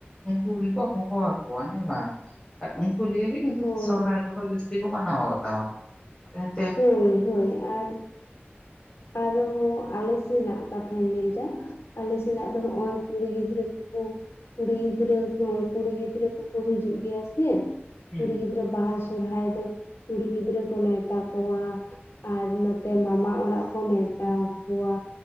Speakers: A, on the left; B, on the left.
A: ᱩᱱᱠᱩ ᱜᱮᱠᱚ ᱦᱚᱦᱚᱣᱟ ᱠᱚᱣᱟ ᱦᱮᱸ ᱵᱟᱝ? ᱟᱨ ᱩᱱᱠᱩ ᱞᱤᱭᱮ ᱜᱮ ᱠᱤᱱᱛᱩ
B: ᱦᱳᱭ
A: ᱥᱚᱦᱨᱟᱭ ᱠᱚᱫᱚ ᱡᱟᱹᱥᱛᱤ ᱠᱚ ᱢᱟᱱᱟᱣ ᱵᱟᱛᱟᱣᱟ᱾ ᱮᱱᱛᱮ
B: ᱦᱳᱭ ᱦᱳᱭ ᱟᱨ ᱟᱨ ᱦᱚ ᱟᱞᱮ ᱥᱮᱱᱟᱜ ᱠᱟᱛᱷᱟᱧ ᱞᱟᱹᱭ ᱫᱟ᱾ ᱟᱞᱮ ᱥᱮᱱᱟᱜ ᱫᱚ ᱱᱚᱜᱼᱚᱭ ᱠᱩᱲᱤ ᱜᱤᱫᱽᱨᱟᱹ ᱠᱚᱠᱚ ᱠᱩᱲᱤ ᱜᱤᱫᱽᱨᱟᱹ ᱠᱚ ᱠᱩᱲᱤ ᱜᱤᱫᱽᱨᱟᱹ ᱠᱚᱠᱚ ᱦᱤᱡᱩᱜ ᱜᱮᱭᱟ ᱥᱮ
A: ᱦᱩᱸ
B: ᱠᱩᱲᱤ ᱜᱤᱫᱽᱨᱟᱹ ᱵᱟᱥ ᱥᱚᱨᱦᱟᱭ ᱫᱚ ᱠᱩᱲᱤ ᱜᱤᱫᱽᱨᱟᱹ ᱠᱚ ᱱᱮᱣᱛᱟ ᱠᱚᱣᱟ ᱟᱨ ᱱᱚᱛᱮ ᱢᱟᱢᱟ ᱚᱲᱟᱜ ᱠᱚ ᱱᱮᱣᱛᱟ ᱠᱚᱣᱟ᱾